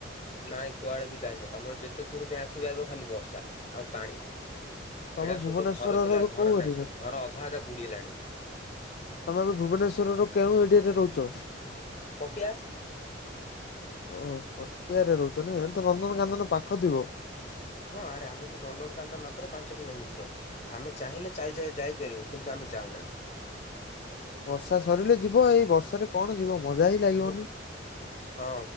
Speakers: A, on the left; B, on the left.
A: ନାଇଁ କୁଆଡେ ବି ଯାଇନି ତମର ଯେତେ ଧୁର ଯା ଆଖି ପାଇବ ଖାଲି ବର୍ଷା ଆଉ ପାଣି। ଏଇଟା
B: ତମେ ଭୁବନେଶ୍ଵରର
A: ସବୁ ଯୋଉ ଘର ଥିଲା
B: ଏବେ
A: ଘର
B: କୋଉ ଏରିଆରେ
A: ନାହିଁ ସବୁ
B: ଅଛ?
A: ଘର ଅଧା ଅଧା ବୁଡ଼ିଲାଣି।
B: ତମେ ଏବେ ଭୁବନେଶ୍ୱରର କେଉଁ ଏଡ଼ିଆରେ ରହୁଛ?
A: ପଟିଆ।
B: ଓ ପଟିଆରେ ରହୁଛ ନା ହେଲେ ତ ନନ୍ଦନକନ୍ଦନ ପାଖ ଥିବ।
A: ହଁ ଆରେ ଆମକୁ ନନ୍ଦନକାନରେ ମାତ୍ର ପାଞ୍ଚ କିଲୋମିଟର। ଆମେ ଚାହିଁଲେ ଚାଲିଯ ଯାଇପାରିବୁ କିନ୍ତୁ ଆମେ ଯାଉନା।
B: ବର୍ଷା ସରିଲେ ଯିବ ଏଇ ବର୍ଷାରେ କଣ ଯିବ ମଜା ହିଁ ଲାଗିବନି।
A: ହୁଁ ହଁ